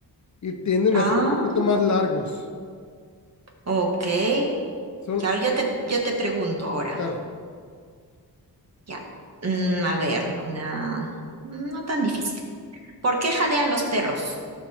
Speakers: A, on the left (about 45°); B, on the right (about 40°).
A: y tienden
B: Ah,
A: a ser un poquito más largos.
B: ok.
A: Son,
B: Que ahora yo te, yo te pregunto ahora.
A: claro.
B: Ya. Mm, a ver, una... No tan difícil. ¿Por qué jadean los perros?